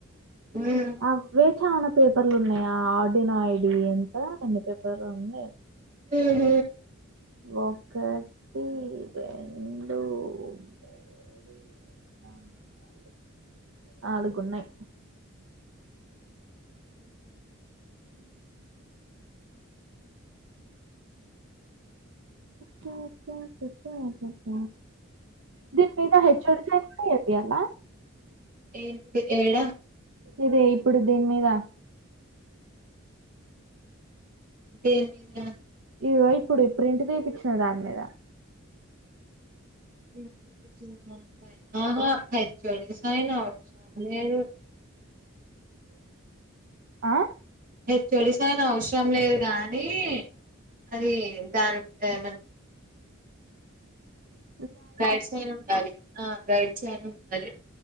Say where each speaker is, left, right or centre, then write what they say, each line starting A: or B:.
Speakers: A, on the right (about 45°); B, on the right (about 70°).
A: ఉమ్
B: అవే చానాా పేపర్లు ఉన్నాయి ఆడిన్ో ఐడి ఎంత అన్ని పేపర్ ఉంది
A: ఉహు
B: ఒకక్కటి రెండ మూడు నాలుగు నాలుగున్నాయి్
A: ఉహు
B: ట ట ట ట ట దీన్ కైతే హెచ్వోడీసీ అని ఉంది పియప్పయాలా నా
A: ఏంటి ఏడా
B: ఇదే ఇప్పుడు దీని మీద
A: దేని మీద
B: ఇగో ఇప్పుడు ఇప్పుడు ప్రింట్ తీయిచ్చిన దాని మీద
A: ప్రింట్ తీపిచ్చిన దానిపైన ఆహా హెచ్వోడి సైనా లేదు ఉ
B: ఆ
A: హెచ్వోడి సైన్ అవసరం లేదు గానీ అది దాన్ ఏమని
B: అ
A: గైడ్స్ైన్ ఉండాలి ఆ గైడ్స్ైన్ ఉండాలి